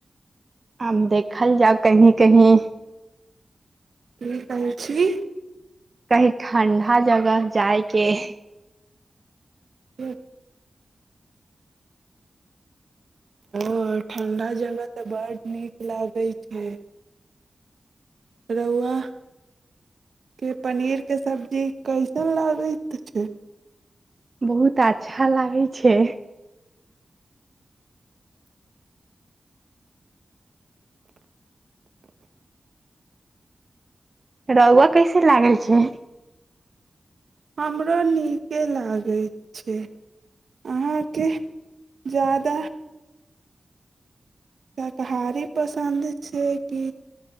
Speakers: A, on the right (about 35°); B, on the right (about 70°).
A: आब देखल जाउ कहीं कहीं
B: की कहै छी
A: कही ठण्डा जगह जायके
B: ह्म ओ ठण्डा जगह तऽ बड नीक लागै छै रआ के पनीरके सब्जी कैसन लागैत छै
A: बहुत अच्छा लागै छै रहौ कैसे लागै छै
B: हमराो नीके लागल करै छै अहाँके जा्यदा शाकारी पसन्द छै कि